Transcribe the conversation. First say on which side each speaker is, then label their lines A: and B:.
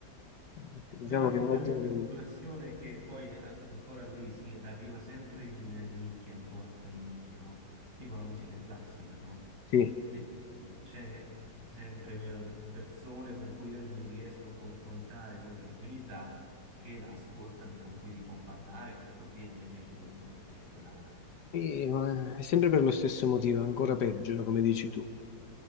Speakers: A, on the left; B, on the right.
A: eh, diciamo
B: invece un'altra
A: che immagino-
B: mia grande passione è che poi an- ancora lì si arriva sempre in nicchia, ancora più nicchia, no? Tipo la musica classica, no?
A: sì,
B: eh, c'è sempre meno persone con cui io mi riesco a confrontare con tranquillità che la ascoltano e con cui si può parlare, si può dire a me piace questo, a me piace quell'altro.
A: Sì, ma è sempre per lo stesso motivo, ancora peggio, come dici tu. Nel